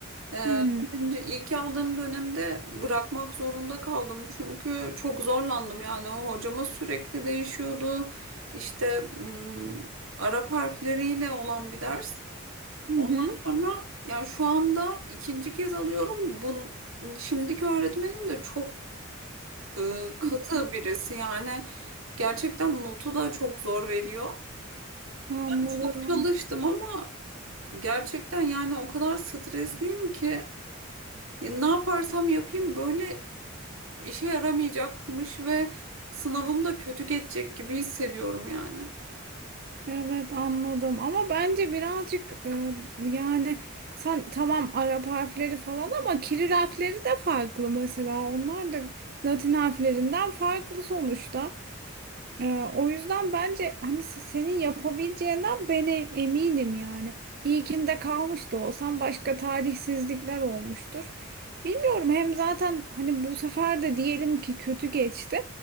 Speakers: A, on the right; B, on the right.
A: E,
B: Hmm.
A: birinci, ilk aldığım dönemde bırakmak zorunda kaldım. Çünkü çok zorlandım. Yani o hocamız sürekli değişiyordu. İşte mm, Arap harfleriyle olan bir ders.
B: Hı
A: Ondan
B: hı.
A: sonra yani şu anda ikinci kez alıyorum. Bun, şimdiki öğretmenim de çok e, katı
B: Hı hı.
A: birisi. Yani gerçekten notu da çok zor veriyor.
B: Anladım.
A: Çok çalıştım ama Gerçekten yani o kadar stresliyim ki ya ne yaparsam yapayım böyle işe yaramayacakmış ve sınavım da kötü geçecek gibi hissediyorum yani.
B: Evet anladım ama bence birazcık e, yani sen tamam Arap harfleri falan ama Kiril harfleri de farklı mesela onlar da Latin harflerinden farklı sonuçta. Ee, o yüzden bence hani se- senin yapabileceğinden ben e- eminim yani. İlkinde kalmış da olsam başka talihsizlikler olmuştur. Bilmiyorum hem zaten hani bu sefer de diyelim ki kötü geçti.